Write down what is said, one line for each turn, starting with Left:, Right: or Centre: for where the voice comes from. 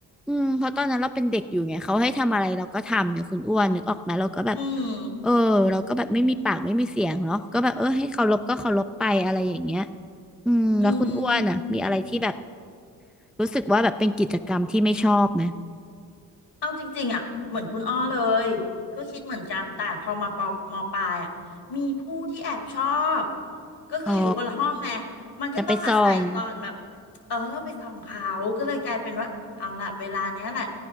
Centre: อืมเพราะตอนนั้นเราเป็นเด็กอยู่ไงเขาให้ทำอะไรเราก็ทำเนี่ยคุณอ้วนนึกออกไหมเราก็แบบ
Left: อืม
Centre: เออเราก็แบบไม่มีปากไม่มีเสียงเนาะก็แบบเออให้เคารพก็เคารพไปอะไรอย่างเงี้ยอืมแล้วคุณอ้วนอ่ะมีอะไรที่แบบ
Left: อืมอืม
Centre: รู้สึกว่าแบบเป็นกิจกรรมที่ไม่ชอบไหม
Left: เอาจริงๆอ่ะเหมือนคุณอ้อเลยก็คิดเหมือนกันแต่พอมาปอมอปลายอ่ะมีผู้ที่แอบชอบก็คืออยู่คนละห้องไง
Centre: อ๋อ
Left: มันก็ต้องอาศัยตอนแบบ
Centre: จะไปส่อง
Left: เออไปส่องเขาก็เลยกลายเป็นว่าเอาล่ะเวลาเนี้ยแหละ